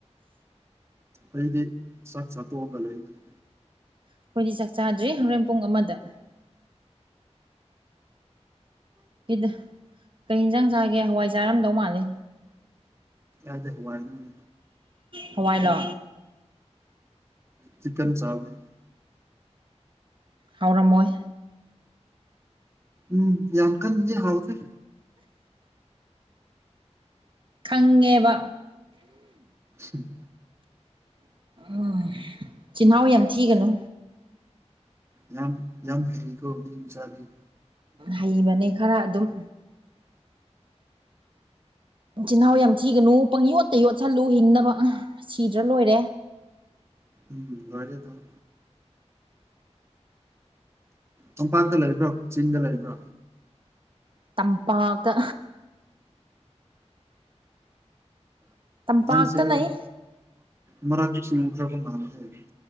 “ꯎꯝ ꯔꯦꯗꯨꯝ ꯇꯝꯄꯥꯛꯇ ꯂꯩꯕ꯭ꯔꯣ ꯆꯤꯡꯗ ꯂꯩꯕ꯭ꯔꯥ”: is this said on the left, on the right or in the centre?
Right